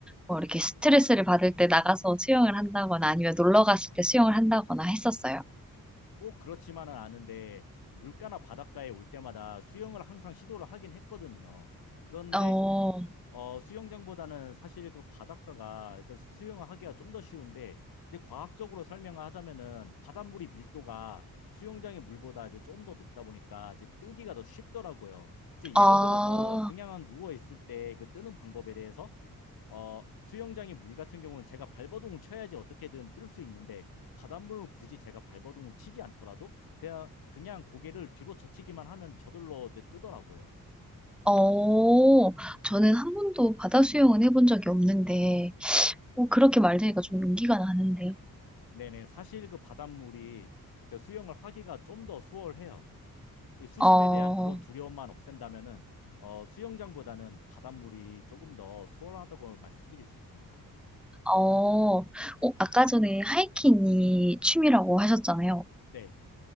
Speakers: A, in the centre; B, on the left.
A: 뭐 이렇게 스트레스를 받을 때 나가서 수영을 한다거나 아니면 놀러 갔을 때 수영을 한다거나 했었어요.
B: 꼭 그렇지만은 않은데 물가나 바닷가에 올 때마다 수영을 항상 시도를 하긴 했거든요. 그런데
A: 어,
B: 어, 수영장보다는 사실 그 바닷가가 그 수영을 하기가 좀 더 쉬운데 근데 과학적으로 설명을 하자면은 바닷물이 밀도가 수영장의 물보다 이제 좀 더 높다 보니까 이제 뜨기가 더 쉽더라고요. 이제 예를
A: 아,
B: 들어서 그냥 누워 있을 때 그 뜨는 방법에 대해서 어, 수영장의 물 같은 경우는 제가 발버둥을 쳐야지 어떻게든 뜰 수 있는데 바닷물은 굳이 제가 발버둥을 치지 않더라도 그냥 그냥 고개를 뒤로 젖히기만 하면 저절로 네, 뜨더라고요.
A: 어, 저는 한 번도 바다 수영은 해본 적이 없는데, 어, 그렇게 말되니까 좀 용기가 나는데요.
B: 네네 사실 그 바닷물이 그러니까 수영을 하기가 좀 더 수월해요. 이 수심에
A: 어,
B: 대한 그런 두려움만 없앤다면은 어, 수영장보다는 바닷물이 조금 더 수월하다고 말씀드릴 수 있습니다.
A: 어, 어, 아까 전에 하이킹이 취미라고 하셨잖아요.
B: 네.